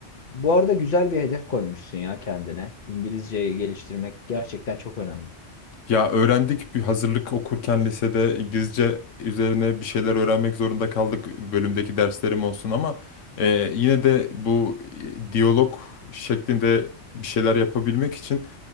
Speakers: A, on the left; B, on the left.
A: bu arada güzel bir hedef koymuşsun ya kendine. İngilizceyi geliştirmek gerçekten çok önemli.
B: Ya öğrendik bir hazırlık okurken lisede İngilizce üzerine bir şeyler öğrenmek zorunda kaldık bölümdeki derslerim olsun ama e, yine de bu e, diyalog şeklinde bir şeyler yapabilmek için